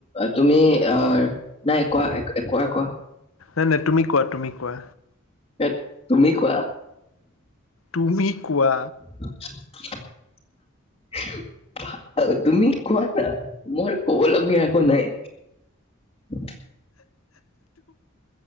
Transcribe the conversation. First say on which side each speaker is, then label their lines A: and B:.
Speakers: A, on the left (about 25°); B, on the left (about 70°).
A: তুমি অ', নাই কোৱা কোৱা কোৱা।
B: নাই নাই তুমি কোৱা তুমি কোৱা।
A: এ তুমি কোৱা।
B: তুমি কোৱা।
A: <inaudible> তুমি কোৱা না, মই ক'ব লগীয়া একো নাই। <inaudible>